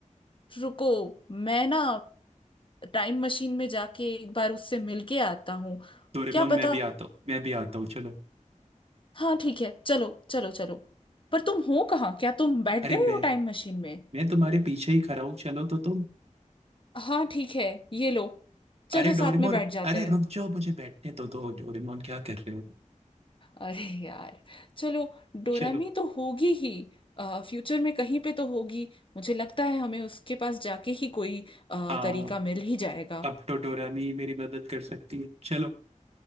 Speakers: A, on the left; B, on the right.
A: रुको मैं ना टाइम मशीन में जाके एक बार उससे मिल के आता हूँ
B: डोरेमोन
A: क्या
B: मैं
A: पता
B: भी आता हूँ मैं भी आता हूँ चलो
A: हाँ ठीक है चलो चलो चलो पर तुम हो कहाँ क्या तुम बैठ
B: अरे
A: गए
B: मैं
A: हो टाइम मशीन में
B: मैं तुम्हारे पीछे ही खड़ा हूँ चलो तो तुम
A: हाँ ठीक है ये लो चलो
B: अरे
A: साथ
B: डोरेमोन
A: में बैठ जाते
B: अरे
A: हैं
B: रुक जाओ मुझे बैठने तो दो तो डोरेमोन क्या कर रहे हो
A: अरे यार चलो डोरामी
B: चलो
A: तो होगी ही फ्यूचर में कहीं पे तो होगी मुझे लगता है हमें उसके पास जाके ही कोई अ,
B: हाँ
A: तरीका मिल ही जाएगा
B: अब तो डोरामी मेरी मदद कर सकती है चलो